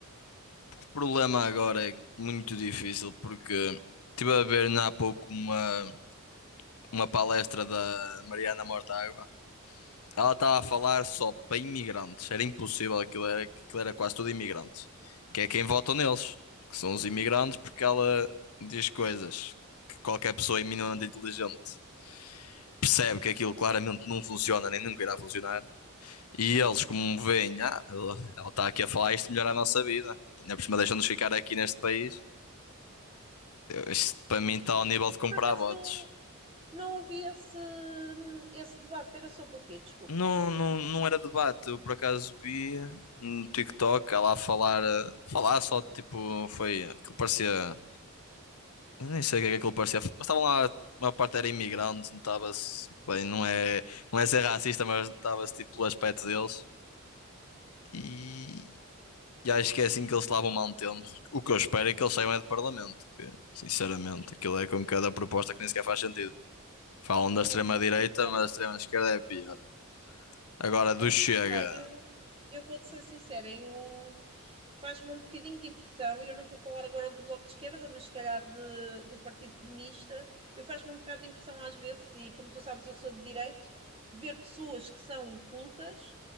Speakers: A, on the left; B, on the right.
A: problema agora é muito difícil porque estive a ver há pouco uma, uma palestra da Mariana Mortágua. Ela estava a falar só para imigrantes. Era impossível, aquilo era, aquilo era quase tudo imigrantes. Que é quem vota neles, que são os imigrantes, porque ela diz coisas que qualquer pessoa minimamente inteligente percebe que aquilo claramente não funciona nem nunca irá funcionar. E eles, como veem, ah, ela está aqui a falar isto melhora a nossa vida. Ainda por cima deixam-nos ficar aqui neste país. Isto para mim está ao nível de comprar
B: Por acaso
A: bots.
B: não, Não ouvi esse, esse debate. Era sobre o quê? Desculpa.
A: Não, não, não era debate. Eu por acaso vi no TikTok ela a falar, eh, falar só tipo, foi aquilo parecia. eu nem sei o que é que aquilo parecia, mas estavam lá, a maior parte era imigrante, notava-se, bem, não é, não é ser racista, mas notava-se tipo pelo aspecto deles. E, e acho que é assim que eles se lá vão mantendo. O que eu espero é que eles saiam é de parlamento, que sinceramente aquilo é com cada proposta que nem sequer faz sentido. Falam da extrema-direita,
B: O Bloco de Esquerda,
A: mas a extrema-esquerda é pior. Agora do
B: Ap-
A: Chega,
B: epá, eu, eu vou-te ser sincera, eu faz-me um bocadinho de impressão, e eu não vou falar agora do Bloco de Esquerda, mas se calhar de- do Partido Comunista, eu faz-me um bocado de impressão às vezes, e como tu sabes, eu sou de direito, ver pessoas que são cultas.